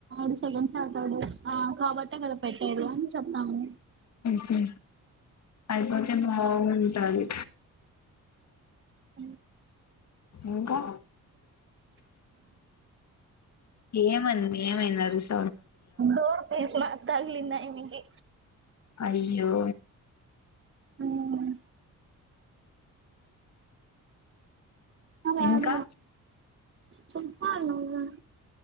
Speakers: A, on the right; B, on the left.
A: డు సెకండ్ స్టార్ట్డు ఆ కాబట్టే కదా పెట్టేది అని చెప్తాము
B: హు అయిపోతే బాగుంటది
A: హ్మ్మ్
B: ఇంకా ఏమంది ఏమైంది అరుస్
A: డోర్ తెరిచిన తగలింది ఆయనకి
B: అయ్యో
A: హ్మ్మ్ అ
B: ఇంకా
A: అద చెప్పాలా నువు